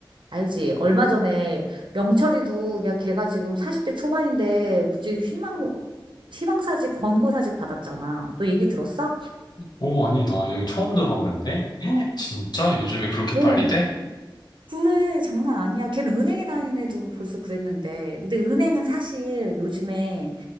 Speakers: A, on the right; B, on the left.
A: 알지? 얼마 전에 영철이도 야 걔가 지금 40대 초반인데 지금 희망 희망사직 권고사직 받았잖아. 너 얘기 들었어?
B: 오, 아니, 나 여기 처음 들었는데? <gasps> <laughs> 진짜? 요즘에 그렇게
A: 어.
B: 빨리 돼?
A: 그래, 장난 아니야. 걔는 은행에 다닌 애도 벌써 그랬는데. 근데 은행은 사실 요즘에